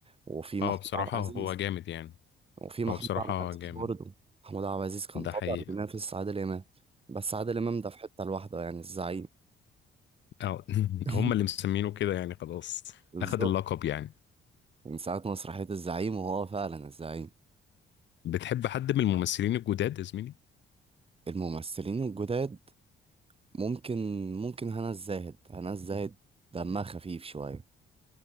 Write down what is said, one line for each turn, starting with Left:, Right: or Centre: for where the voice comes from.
Right: وفي
Left: اه
Right: محمود
Left: بصراحة
Right: عبد العزيز
Left: هو جامد يعني
Right: وفي محمود
Left: هو بصراحة
Right: عبد العزيز
Left: جامد
Right: برضه محمود عبد العزيز كان
Left: ده
Right: طبعا
Left: حقيقة
Right: بينافس عادل إمام بس عادل إمام ده في حتة لوحده يعني الزعيم
Left: اه <laughs>
Right: <laughs>
Left: هم اللي مسمينه كده يعني خلاص
Right: بالظبط
Left: اخد اللقب يعني
Right: من ساعة مسرحية الزعيم وهو فعلا الزعيم
Left: بتحب حد من الممثلين الجداد يا زميلي
Right: الممثلين الجداد ممكن ممكن هنا الزاهد هنا الزاهد دمها خفيف شوية